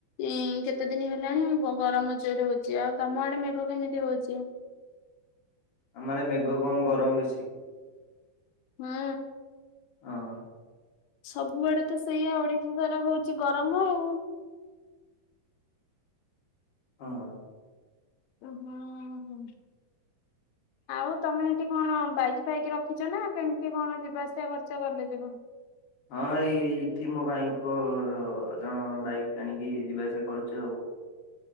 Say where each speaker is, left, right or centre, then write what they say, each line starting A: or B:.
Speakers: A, on the left; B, on the left.
A: ଉଁ କେତେ ଦିନ ହେଲାଣି ଗରମ ଜୋରରେ ହଉଛି। ଆଉ ତମ ଆଡେ ମେଘ କେମିତି ହଉଛି?
B: ଆମର ଆଡ଼େ ମେଘ କମ ଗରମ ବେଶୀ।
A: ହୁଁ
B: ହଁ।
A: ସବୁଆଡେ ତ ସେଇଆ ଓଡିଶା ସାରା ହଉଛି ଗରମ ଆଉ।
B: ହଁ।
A: ଉଁ ହୁଁ ହୁଁ
B: ହ <unintelligible>
A: ଆଉ ତମେ ଏଠି କଣ ବାଇକ ଫାଇକି ରଖିଛ ନା କେମିତି କଣ ଯିବା ଆସିବା କରୁଛ କଲେଜକୁ?
B: ହଁ ଏଇ ଏଇଠି ମୋ ଭାଇଙ୍କର ଜଣ ବାଇକ୍ ଆଣିକି ଯିବା ଆସିବା କରୁଛୁ ଆଉ।